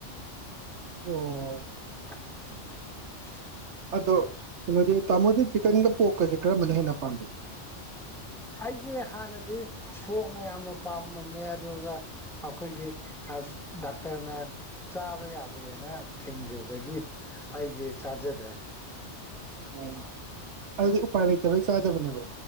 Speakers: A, on the right; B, in the centre.
A: ꯑꯣ
B: <unintelligible>
A: ꯑꯗꯣ ꯀꯩꯅꯣꯗꯤ ꯇꯥꯃꯣꯗꯤ ꯆꯤꯀꯟꯒ ꯄꯣꯛꯀꯁꯦ ꯀꯔꯝꯕꯅ ꯍꯦꯟꯅ ꯄꯥꯝꯕꯤ
B: ꯑꯩꯁꯦ ꯍꯥꯟꯅꯗꯤ ꯄꯣꯛꯅ ꯌꯥꯝꯅ ꯄꯥꯝꯃꯝꯃꯦ ꯑꯗꯨꯒ ꯑꯩꯈꯣꯏꯒꯤ ꯑꯁ ꯗꯥꯛꯇꯔꯅ ꯆꯥꯕ ꯌꯥꯗꯦꯅ ꯊꯤꯡꯈꯤꯕꯗꯒꯤ ꯑꯩꯁꯦ ꯆꯥꯖꯗ꯭ꯔꯦ
A: ꯑꯣ
B: ꯑꯥ
A: ꯑꯗꯨꯗꯤ ꯎꯄꯥꯏ ꯂꯩꯇꯕꯩ ꯆꯥꯗꯕꯅꯦꯕ